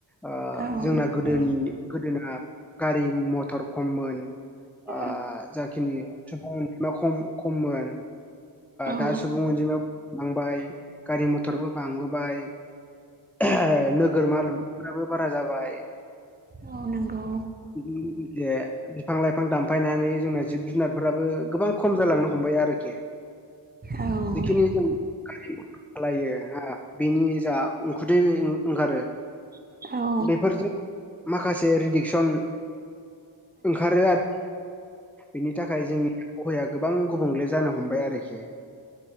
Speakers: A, in the centre; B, on the right.
A: ओ
B: औ
A: जोंना
B: नंगौ
A: गोदोनि गोदोना गारि मथर खममोन
B: औ
A: ओ जाखिनि सुबुं खममोन
B: औ
A: दा सुबुं गुब अनजिमायाव बांबाय गारि मथरबो बांबोबाय आरो नोगोरमा लुनायफ्राबो बारा जाबाय
B: मावनांगौ
A: म बिज बिफां लाइफां दानफायनानै जोंना जिब जुनारफोराबो गोबां खम जालांनो हमबाय आरोखि
B: औ
A: जिखिनि जों गारि मटर सालायो बेनि जा उखुदै ओंखारो
B: औ
A: बेफोरजों माखासे रिडिकसन ओंखारो आरो बिनि थाखाय जोंनि उाया गोबां गुबुंले जानो हमबाय आरोखि